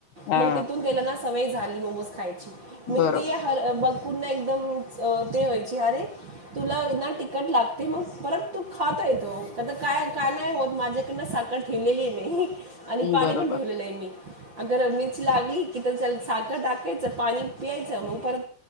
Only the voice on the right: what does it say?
मग तिथून तेला ना सवय झाली मोमोज खायची मग
ते बघ पुण एकदम ते व्हायची अरे तुला ना तिकट लागते मग परत तू खातो येतो काय का नाही होत माझ्याकडनं साखर ठेवलेली नाही आणि पाणी
पण ठेवलेलं आहे मी अगर मिरची लागली की तर साखर टा टाकायचं पाणी पियचं मग परत